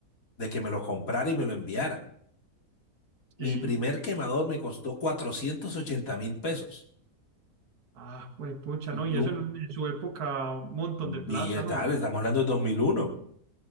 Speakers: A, on the left (about 65°); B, on the right (about 80°).
A: de que me lo comprara y me lo enviara. Mi
B: sí.
A: primer quemador me costó cuatrocientos ochenta mil pesos.
B: Ah, güey, pucha,
A: Nu-
B: no, y eso en, en su época, un montón
A: Billetal,
B: de plata, ¿no?
A: estamos hablando de dos mil uno